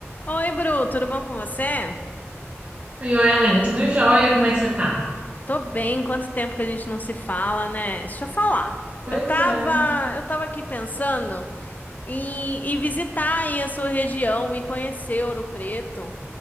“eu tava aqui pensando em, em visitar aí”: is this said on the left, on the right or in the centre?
Left